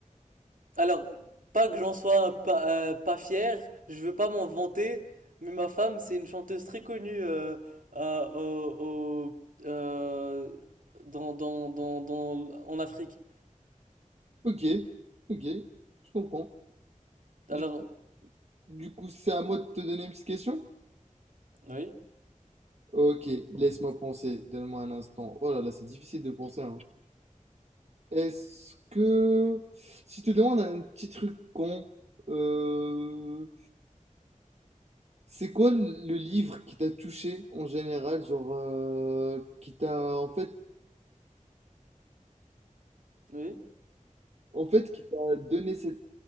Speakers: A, on the right; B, on the right.
A: Alors, pas que j'en sois pas, euh, pas fier, je veux pas m'en vanter, mais ma femme, c'est une chanteuse très connue euh, à- au, au- euh, dans, dans, dans, dans- en Afrique.
B: Ok, ok, je comprends.
A: Alors,
B: Du, du coup, c'est à moi de te donner une petite question?
A: oui,
B: Ok, laisse-moi penser, donne-moi un instant. Oh là là, c'est difficile de penser, hein. Est-ce que... Si je te demande un petit truc con, euh, C'est quoi le le livre qui t'a touché en général, genre euh, qui t'a en fait
A: oui.
B: en fait qui t'a donné cette